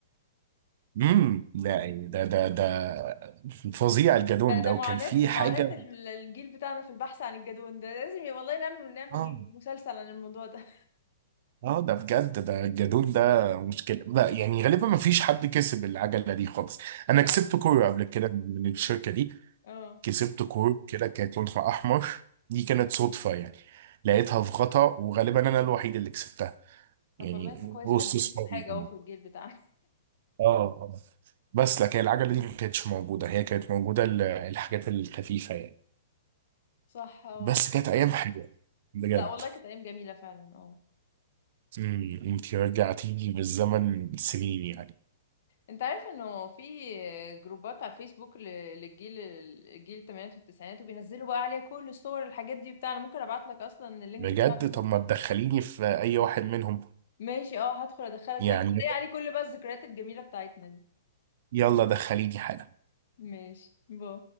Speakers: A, on the right; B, on the left.
A: امم لا يعني ده ده ده فظيع الجالون
B: ده ده
A: ده وكان
B: معاناة
A: في
B: معاناة
A: حاجة
B: ال- الجيل بتاعنا في البحث عن الجدون ده لازم ي- والله نعمل نعمل
A: اه
B: مسلسل عن الموضوع ده
A: اه ده بجد ده الجدول ده مشكلة لا يعني غالبا ما فيش حد كسب العجلة دي خالص انا
B: <laughs> صح؟
A: كسبت كورة قبل كده من الشركة دي
B: اه
A: كسبت كورة كده كانت لونها احمر دي كانت صدفة يعني لقيتها في غطا وغالبا انا الوحيد اللي كسبتها
B: طب
A: يعني
B: والله انت كويس
A: وسط
B: حد كسب
A: صحابي
B: حاجة اهو في الجيل بتاعنا
A: اه اه بس لكن العجلة دي ما كانتش موجودة هي كانت موجودة ال- الحاجات الخفيفة يعني
B: <laughs> صح اه
A: بس كانت ايام حلوة بجد
B: لا والله كانت ايام جميله فعلا اه
A: امم انت رجعتيني بالزمن سنين يعني
B: انت عارف انه في جروبات على الفيسبوك ل- للجيل الجيل الثمانينات والتسعينات وبينزلوا بقى عليها كل الصور الحاجات دي بتاع انا ممكن ابعت لك اصلا اللينك
A: بجد
B: بتاع الجروب
A: طب ما
B: ده
A: تدخليني في اي واحد منهم
B: ماشي اه هدخل ادخلك
A: يعني
B: دلوقتي هتلاقي عليه كل بقى الذكريات الجميله بتاعتنا دي
A: يلا دخليني حالا
B: ماشي باي